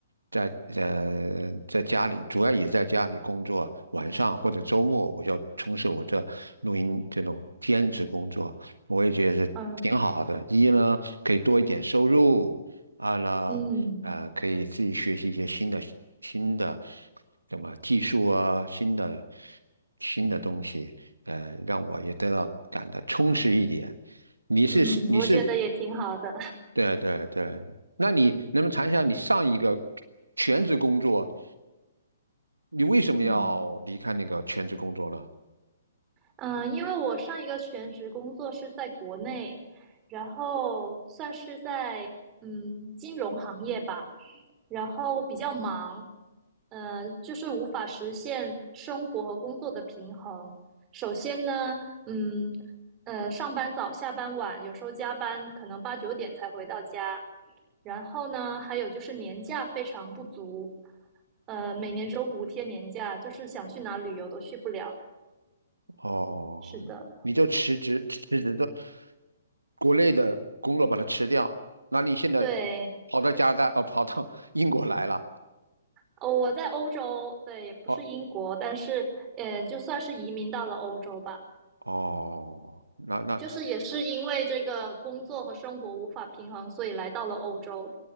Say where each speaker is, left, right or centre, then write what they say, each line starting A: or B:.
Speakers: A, on the right; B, on the right.
A: 在呃在家里，主要也在家里工作，晚上或者周末我就从事我这录音这种兼职工作，我也觉得是挺好的。
B: 嗯
A: 一呢，可以多一点收入；二呢，
B: 嗯
A: 呃，可以自己学习一些新的新的什么技术啊，新的新的东西，呃，让我也得到感到充实一点。你是你是
B: 嗯，我觉得也挺好的，
A: 对对对，那你能不能谈一下你上一个全职工作，你为什么要离开那个全职工作呢？
B: <laughs> 嗯。嗯，呃因为我上一个全职工作是在国内，然后算是在嗯金融行业吧，然后比较忙，呃，就是无法实现生活和工作的平衡。首先呢，嗯，呃，上班早，下班晚，有时候加班可能八九点才回到家。然后呢，还有就是年假非常不足，呃，每年只有五天年假，就是想去哪旅游都去不了。
A: 哦，
B: 是的。
A: 你就辞职辞职的国内的工作把它辞掉，那你现在
B: 对，
A: 跑到加拿大，哦，跑到 <laughs> 英国来了。
B: 哦，我在欧洲，对，也不是英国，
A: 哦。
B: 但是，呃，就算是移民到了欧洲吧，
A: 哦，那那
B: 就是也是因为这个工作和生活无法平衡，所以来到了欧洲，